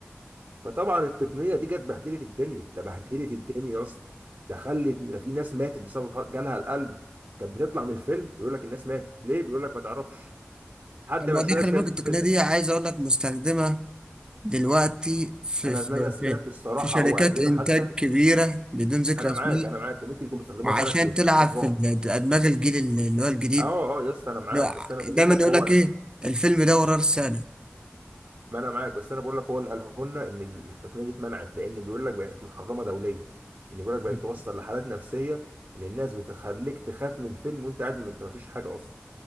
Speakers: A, on the right; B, on the right.
A: فطبعا التقنية دي جت بهدلت الدنيا ده بهدلت الدنيا يا اسطى ده خلت ده في ناس ماتت بسبب الحوار جالها القلب كانت بتطلع من الفيلم بيقول لك الناس ماتت ليه بيقول لك ما تعرفش حد
B: طب ما
A: ما
B: هو
A: شويه
B: دي خلي
A: شويه
B: بالك
A: الناس
B: التقنية
A: نزلت.
B: دي عايز أقول لك مستخدمة دلوقتي في
A: انا
B: في
A: اللي انا سمعته
B: في
A: الصراحه
B: في شركات
A: هو قال لنا
B: إنتاج
A: حتى
B: كبيرة بدون ذكر
A: انا
B: أسماء
A: معاك انا معاك وممكن يكون بيستخدموها
B: عشان
A: فعلا عشان يزودوا
B: تلعب في
A: الرعب
B: ال- أدماغ الجيل ال- اللي هو الجديد
A: اه اه يا اسطى انا معاك
B: لو ع-
A: بس انا بقول
B: دايما
A: لك
B: يقول
A: هو
B: لك
A: ال-
B: إيه الفيلم ده وراه رسالة
A: ما انا معاك بس انا بقول لك هو اللي قاله لنا ان التقنيه دي اتمنعت لان بيقول لك بقت محرمه دوليا ان بيقول لك بقت
B: مم.
A: توصل لحالات نفسيه ان الناس بتخليك تخاف من الفيلم وانت قاعد ما انت ما فيش حاجه اصلا